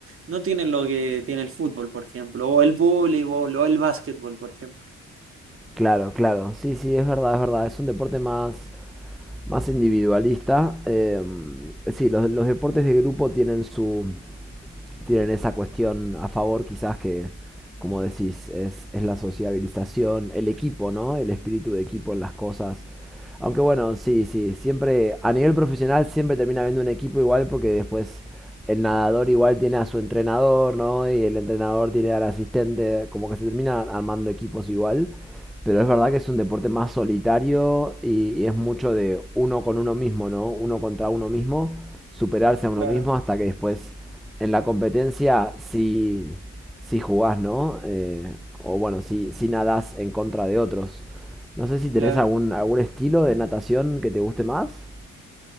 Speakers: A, on the right; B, in the centre.
A: no tienen lo que tiene el fútbol, por ejemplo, o el voleibol, o el básquetbol, por ejemplo.
B: Claro, claro. Sí, sí, es verdad, es verdad. Es un deporte más más individualista. eh, sí, los, los deportes de grupo tienen su, tienen esa cuestión a favor quizás que, como decís, es, es la sociabilización, el equipo, ¿no? El espíritu de equipo en las cosas. Aunque bueno, sí, sí, siempre a nivel profesional siempre termina habiendo un equipo igual porque después el nadador igual tiene a su entrenador, ¿no? Y el entrenador tiene al asistente, como que se termina armando equipos igual. Pero es verdad que es un deporte más solitario y, y es mucho de uno con uno mismo, ¿no? Uno contra uno mismo, superarse a uno
A: Claro,
B: mismo hasta que después en la competencia sí, sí jugás, ¿no? Eh, o bueno, si sí nadás en contra de otros. No sé si tenés
A: claro.
B: algún, algún estilo de natación que te guste más.